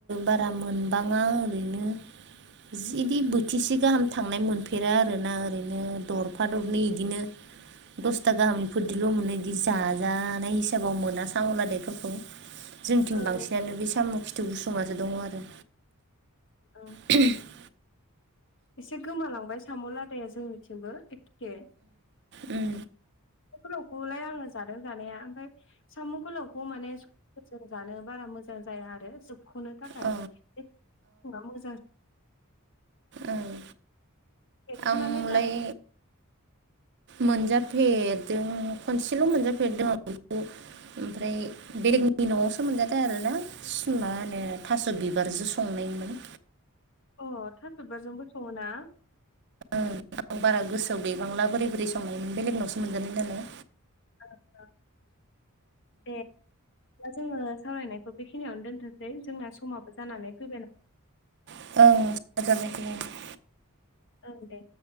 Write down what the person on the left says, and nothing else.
ओं
ओं।
एसे गोमालांबाय साम' लादाया जोंनिथिंबो एखे।
साम' गोलावखौलाय आंङो जादों जानाया ओमफ्राय साम' गोलावखौ माने जों जानो बारा मोजां जाया आरो जोबख'नो थाखाय
बे <inaudible> मोजां
एरख'नानै
जा
अ थास'बिबारजोंबो सङो ना?
ओं ओं दे। दा जोंङो सावरायनायखौ बेखिनियावनो दोनथ'नोसै जोंना समाबो जानानै फैबाय ना।
ओं दे।